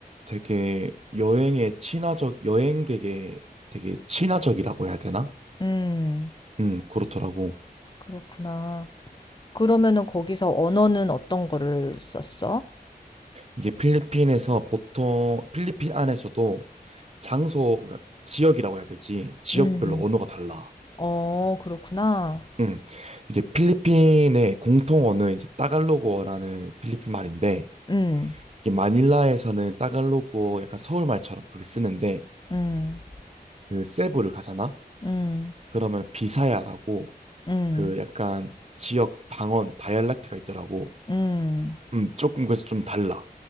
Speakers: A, on the right; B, on the left.
A: 되게 여행에 친화적 여행객에 되게 친화적이라고 해야 되나?
B: 음.
A: 응, 그렇더라고.
B: 그렇구나. 그러면은 거기서 언어는 어떤 거를 썼어?
A: 이게 필리핀에서 보통 필리핀 안에서도 장소 그러니까 지역이라고 해야 되지 지역별로
B: 음.
A: 언어가 달라.
B: 어, 그렇구나.
A: 음, 이게 필리핀의 공통 언어는 이제 따갈로그어라는 필리핀 말인데
B: 음.
A: 이게 마닐라에서는 따갈로그어 약간 서울 말처럼 그렇게 쓰는데
B: 음.
A: 그 세부를 가잖아.
B: 음.
A: 그러면 비사야라고
B: 음.
A: 그 약간 지역 방언 다이알렉트가 있더라고.
B: 음.
A: 음, 조금 그래서 좀 달라.